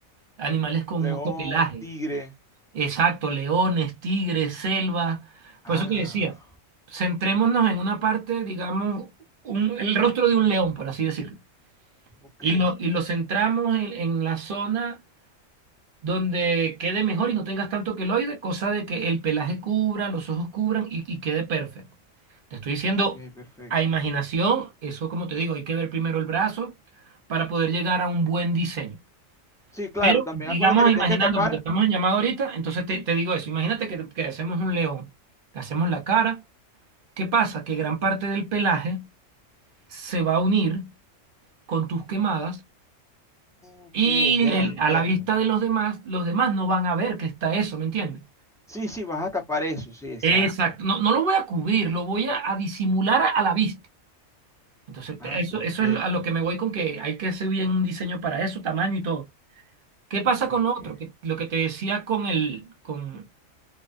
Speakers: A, on the right; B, in the centre.
A: animales con
B: León,
A: mucho pelaje.
B: un tigre.
A: Exacto, leones, tigres, selva.
B: Ah,
A: Por eso te decía, centrémonos en una parte, digamos, un- el rostro de un león, por así decirlo.
B: ok,
A: Y lo, y lo centramos en, en la zona donde quede mejor y no tengas tanto queloide, cosa de que el pelaje cubra, los ojos cubran y, y quede perfecto. Te estoy diciendo
B: ok, perfecto.
A: a imaginación, eso como te digo, hay que ver primero el brazo para poder llegar a un buen diseño.
B: Sí, claro,
A: Pero
B: también
A: digamos,
B: acuérdate que
A: imaginando,
B: tienes que tapar
A: porque estamos en llamada ahorita, entonces te, te digo eso, imagínate que, que hacemos un león, le hacemos la cara, ¿qué pasa? Que gran parte del pelaje se va a unir con tus quemadas
B: Ok,
A: y
B: ya
A: el-
B: entiendo.
A: a la vista de los demás, los demás no van a ver que está eso, ¿me entiendes?
B: Sí, sí, vas a tapar eso, sí, exacto.
A: Exacto, no, no lo voy a cubrir, lo voy a, a disimular a, a la vista. Entonces,
B: Ah,
A: te- eso,
B: perfecto.
A: eso es a lo que me voy con que hay que hacer bien un diseño para eso, tamaño y todo. ¿Qué pasa
B: Ok,
A: con lo otro? Que, lo que te decía con el, con,